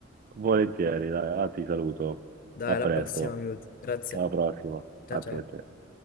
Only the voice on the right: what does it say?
volentieri, dai, ah, ti saluto.
A
presto,
alla prossima.
A
te, a te.